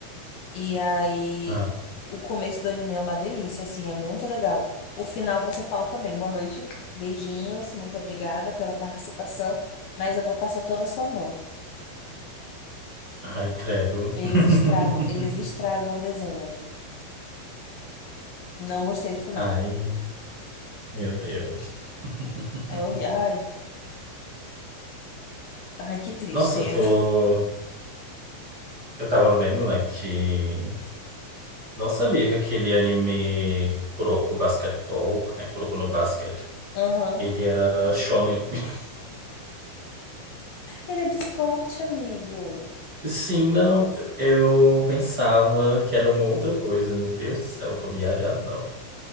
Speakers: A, on the left; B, on the right.
A: E aí
B: ah,
A: o começo do anime é uma delícia, assim, é muito legal. O final você fala também, boa noite, beijinhos, muito obrigada pela participação, mas eu vou estar soltando a sua mão.
B: ai, credo.
A: Eles
B: <laughs>
A: estragam, eles estragam o desenho. Não gostei do final.
B: Ai, meu Deus. <laughs>
A: É horrível. Ai, que tristeza.
B: Nossa, eu tô. Eu tava vendo, né, que eu não sabia que aquele anime Kuroko Basketball, né, Kuroko no Basket,
A: Aham.
B: ele era shonen. <laughs>
A: Ele é de esporte, amigo.
B: Sim, não, eu pensava que era uma outra coisa. Meu Deus do céu, eu tô viajadão.